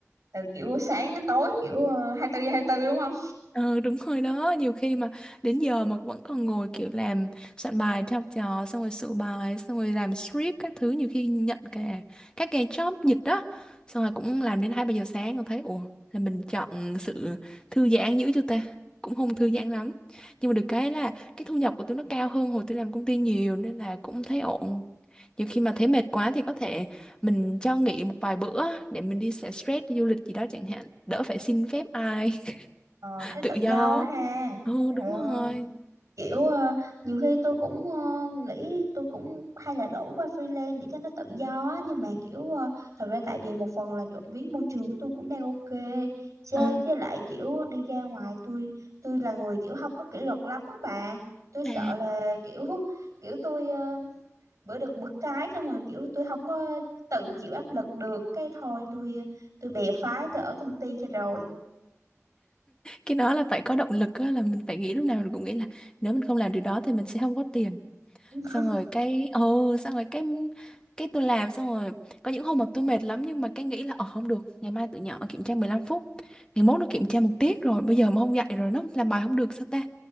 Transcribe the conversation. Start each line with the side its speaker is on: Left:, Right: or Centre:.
Right: từ kiểu sáng đến tối kiểu uh, 24 hai tư đúng không?
Left: Ừ đúng rồi đó Nhiều khi mà đến giờ mà vẫn còn ngồi kiểu làm soạn bài cho học trò Xong rồi sửa bài Xong rồi làm script các thứ Nhiều khi nhận cả các cái job dịch đó Xong rồi cũng làm đến hai ba giờ sáng Rồi thấy ủa là mình chọn sự thư giãn dữ chưa ta Cũng không thư giãn lắm Nhưng mà được cái là cái thu nhập của tôi nó cao hơn Hồi tôi làm công ty nhiều Nên là cũng thấy ổn Nhiều khi mà thấy mệt quá thì có thể mình cho nghỉ một vài bữa để mình đi xả stress đi du lịch gì đó chẳng hạn, đỡ phải xin phép ai,
Right: Ờ
Left: <laughs>
Right: thấy tự
Left: tự do.
Right: do quá ha.
Left: Ồ
Right: Trời
Left: đúng
Right: ơi,
Left: rồi.
Right: kiểu ờ, nhiều khi tôi cũng ờ, nghĩ tôi cũng hay là đổi qua freelance để cho nó tự do á nhưng mà kiểu ờ, thật ra tại vì một phần là trộm vía môi trường của tôi cũng đang ok chứ
Left: Ờ.
Right: với lại kiểu đi ra ngoài tôi tôi là người kiểu không có kỷ luật lắm á bà. Tôi sợ
Left: À,
Right: là kiểu <laughs> kiểu tôi ờ, bữa được bữa cái xong rồi kiểu tôi không có tự chịu áp lực được cái thôi tôi tôi bè phái tôi ở công ty cho rồi
Left: cái đó là phải có động lực á, là mình phải nghĩ lúc nào mình cũng nghĩ là nếu mình không làm điều đó thì mình sẽ không có tiền.
Right: <laughs>
Left: Xong rồi cái ồ xong rồi cái cái tôi làm xong rồi có những hôm mà tôi mệt lắm nhưng mà cái nghĩ là ờ không được, ngày mai tụi nhỏ kiểm tra 15 phút. Ngày mốt nó kiểm tra một tiết rồi, bây giờ mà không dạy rồi nó làm bài không được sao ta?